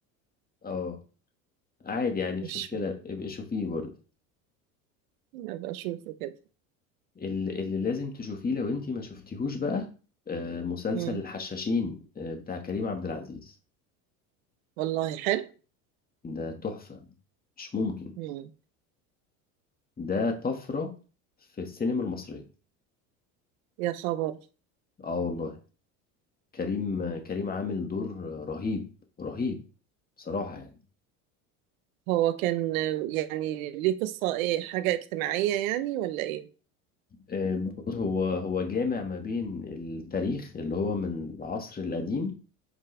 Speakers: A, on the left (about 20°); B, on the right (about 75°).
A: اه عادي يعني
B: مش
A: مش مشكلة ابقي شوفيه برضه
B: ابقى اشوفه كده
A: ال- اللي لازم تشوفيه لو انت ما شفتيهوش بقى آه، مسلسل
B: مم.
A: الحشاشين آه، بتاع كريم عبد العزيز
B: والله حلو
A: ده تحفة مش ممكن
B: مم.
A: ده طفرة في السينما المصرية
B: يا خبر
A: اه والله كريم كريم عامل دور رهيب رهيب بصراحة يعني
B: هو كان آه، يعني ليه قصه ايه حاجه اجتماعيه يعني ولا ايه
A: آه، بص هو هو جامع ما بين التاريخ اللي هو من العصر القديم